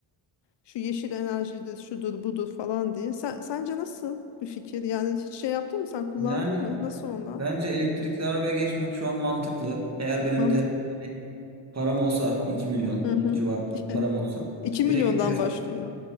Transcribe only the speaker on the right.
Yani
bence elektrikli arabaya geçmek şu an mantıklı. Eğer benim
de yani param olsa iki milyon
civarında bir param olsa
direkt bir Tesla.